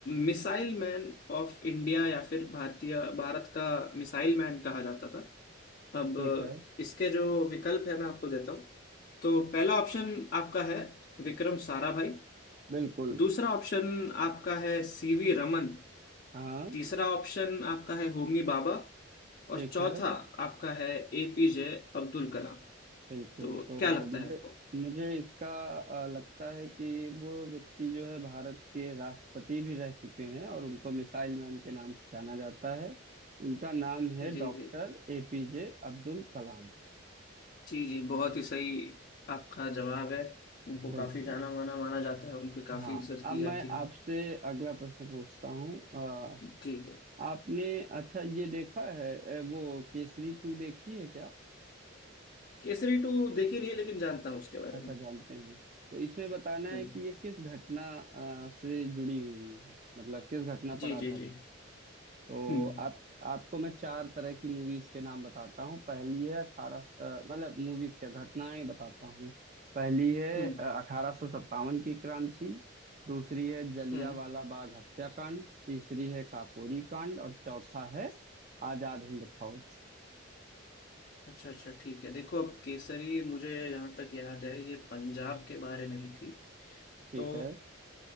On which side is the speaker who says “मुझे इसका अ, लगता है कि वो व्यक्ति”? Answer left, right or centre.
Right